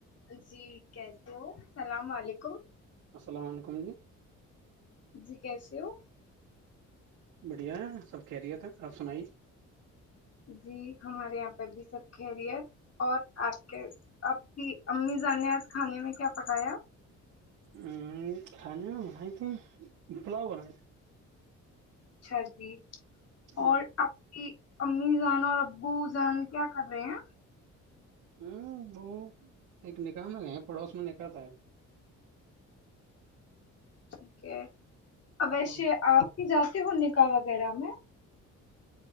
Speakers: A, on the left; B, on the right.
A: ہ <inaudible> جی کیسے ہو اللام و علیکم
B: السلام علیکم جی
A: جی کیسے ہو
B: بڑھیا ہے سب خیریت آپ سنائی
A: جی ہمارے یہپ ب سب کہہ رہی ہے اور آپ کے آپ کی امیزا نے آج کھانے میں کیا پکایا
B: ہ کھانے میں بنائی تھی پلاؤ بنائے تے
A: اچھا جی
B: تھی
A: اور آپ کی امی زان اور ابو جان کیا کر رہے ہیں
B: ہ وہ ایک نکحئے پڑوس میں نکاح تھا ایک
A: <unintelligible> ویسے
B: ہاں
A: آپ ہی ج ک ہ نکا وغیرہ میں